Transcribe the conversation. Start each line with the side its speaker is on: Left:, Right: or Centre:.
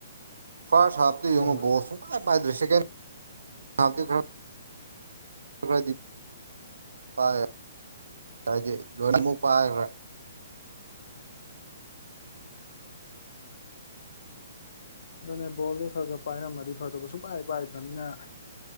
Right: ꯐꯥ꯭ꯔꯁ ꯍꯥꯐꯇꯨ ꯌꯦꯡꯉꯣ
Left: ꯍꯣꯏ
Right: ꯕꯣꯜ ꯁꯨꯛꯄꯥꯏ ꯄꯥꯏꯗ꯭ꯔꯦ ꯁꯦꯀꯦꯟ ꯍꯥꯐꯇꯤ ꯈꯔ <unintelligible>
Left: <inaudible>
Right: <unintelligible> ꯂꯣꯏꯅꯃꯨꯛ ꯄꯥꯏꯒ꯭ꯔꯦ
Left: ꯑꯗꯨꯅꯦ ꯕꯣꯜꯗꯣ ꯈ꯭ꯔ ꯈ꯭ꯔ ꯄꯥꯏꯔꯝꯃꯗꯤ ꯐꯗꯧꯕ ꯁꯨꯡꯄꯥꯏ ꯄꯥꯏꯗ꯭ꯔꯝꯅꯤꯅ